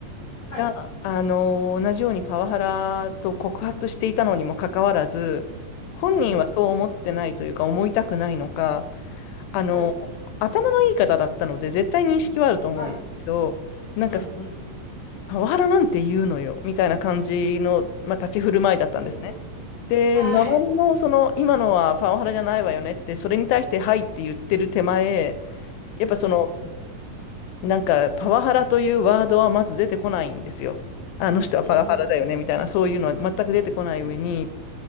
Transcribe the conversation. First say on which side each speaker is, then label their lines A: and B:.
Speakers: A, on the left (about 55°); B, on the left (about 85°).
A: はい。
B: が、あのー同じようにパワハラと告発していたのにもかかわらず、本人はそう思ってないというか、
A: うん。
B: 思いたくないのか、あのー頭のいい方だったので、
A: はい。
B: 絶対認識はあると思うんですけど、
A: はい。
B: なんか、
A: うん、
B: パワハラなんて言うのよ、みたいな感じの、まあ、立ち振る舞いだったんですね。
A: うん。うん。
B: で、
A: はい。
B: 周りも、その、今のはパワハラじゃないわよねって、それに対して、はいって言ってる手前、やっぱその、
A: うん。
B: なんか、パワハラというワードはまず出てこないんですよ。あの人はパワハラだよね、
A: うん、うん。
B: みたいな、そういうのは全く出てこない上に、